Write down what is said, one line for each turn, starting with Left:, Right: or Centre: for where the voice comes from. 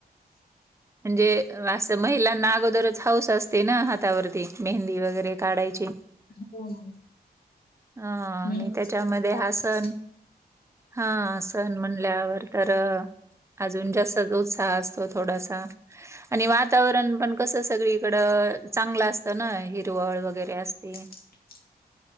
Right: म्हणजे असं महिलांना अगोदरच हौस असते ना हातावरती मेहंदी वगैरे काढायची
Left: हो
Right: हा
Left: मेहंदीचे
Right: आणि त्याच्यामध्ये
Left: खूप
Right: हा
Left: आवड.
Right: सण हा सण म्हण आपल्यावर तर अजून जास्त उत्साह असतो थोडासा आणि वातावरण पण कसं सगळीकडं चांगलं असतं ना हिरवळ वगैरे असते
Left: <inaudible>